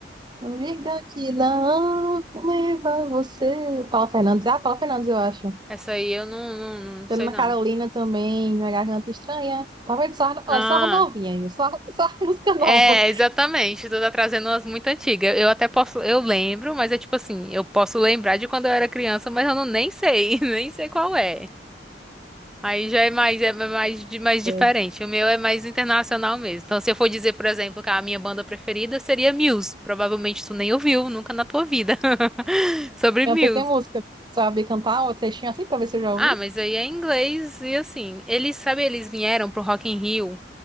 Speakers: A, on the right (about 25°); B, in the centre.
A: Não diga que não leva você. Paula Fernandes. Ah, Paula Fernandes, eu acho.
B: Essa aí eu não, não, não
A: Selena
B: sei não.
A: Carolina também, Minha Garganta Estranha. Talvez só,
B: Ah,
A: ó, é só a novinhas, viu? só, só a <laughs> música nova.
B: é, exatamente. Tu tá trazendo umas muito antigas. Eu até posso, eu lembro, mas é tipo assim, eu posso lembrar de quando eu era criança, mas eu não nem sei, <laughs> nem sei qual é. Aí já é mais, é mais, di- mais diferente.
A: É.
B: O meu é mais internacional mesmo. Então, se eu for dizer, por exemplo, que a minha banda preferida seria Muse. Provavelmente tu nem ouviu, nunca na tua vida. <laughs> Sobre
A: Canta
B: Muse.
A: que é música? Sabe cantar uma trechinha assim pra ver se eu já
B: Ah,
A: ouvi?
B: mas aí é em inglês e assim. Eles, sabe, eles vieram pro Rock in Rio